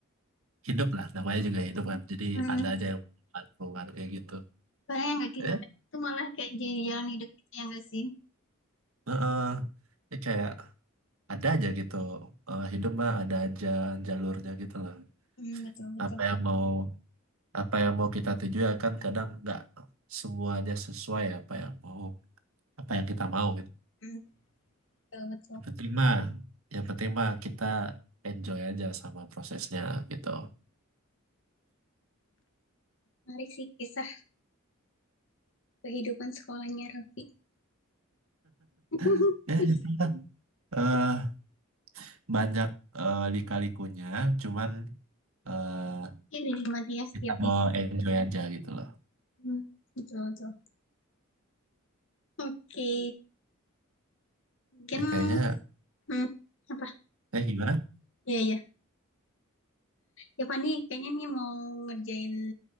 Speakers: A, on the right; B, on the left.
A: hidup lah namanya juga hidup kan jadi
B: Hmm,
A: ada aja yang keluar kayak gitu
B: padahal yang nggak kita
A: eh
B: pengen itu malah kayak jadi jalan hidup kita yang nggak sih?
A: eh, eh. Ini kayak ada aja gitu eh, hidup mah ada aja jalurnya gitu loh
B: Hmm, betul betul
A: apa yang mau apa yang mau kita tuju ya kan kadang nggak semuanya sesuai apa yang mau apa yang kita mau gitu
B: Hmm, betul betul.
A: yang penting mah yang penting mah kita enjoy aja sama prosesnya gitu
B: Menarik sih kisah kehidupan sekolahnya Raffi. <laughs>
A: <laughs> ya gitu lah. Eh, banyak eh, lika-likunya cuman eh,
B: Ya, dinikmati ya setiapnya.
A: kita mau enjoy aja gitu loh
B: Hmm, betul, betul. Oke, mungkin
A: ya, kayaknya
B: hmm, apa?
A: eh gimana
B: Ya, ya. Ya, Pak, nih kayaknya nih mau ngerjain